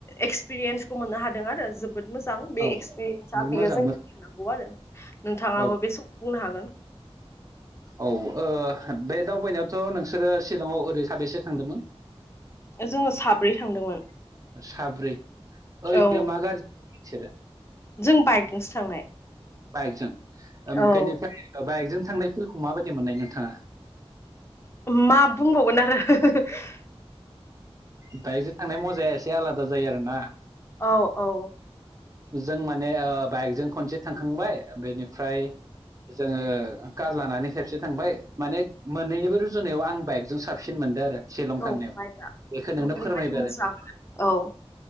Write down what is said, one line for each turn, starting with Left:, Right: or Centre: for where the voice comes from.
Left: एक्सपिरियेन्सखौ मोननो हादों आरो जोबोद मोजां बे
Right: औ
Left: एक्सपिरियेन्सा बेयो
Right: मोजां
Left: जों थानांगौ आरो नोंथाङाबो
Right: मोजां औ
Left: बे समाव बुंनो हागोन।
Right: औ ओ बे दावबायनायावथ' नोंसोरो सिलंआव ओरै साबेसे थांदोंमोन?
Left: जोङो साब्रै थांदोंमोन।
Right: साब्रै। ओइनो
Left: औ
Right: मा गाज्रि सोरो
Left: जों बाइकजोंसो थांनाय
Right: बाइकजों ओम
Left: औ
Right: बेनिफ्राय बाइकजों थांनाय फिल्डखौ माबायदि मोननाय नोंथाङा
Left: मा बुंबावगोन आरो <unintelligible>
Right: बाइकजों थांनाय मजाया एसे आलादा जायो आरोना
Left: औ औ
Right: जों माने ओ बाइकजों खनसे थांखांबाय बेनिफ्राय जोङो कार लानानै खेबसे थांबाय माने मोननैनिबो रुजुनायाव आं बाइकजों साबसिन मोनदो आरो शिलं
Left: औ
Right: थांनायाव
Left: बाइकआ
Right: बेखौ नोंनो
Left: ओरैबायदि
Right: फोरमायबाय
Left: मोजां
Right: आरो
Left: औ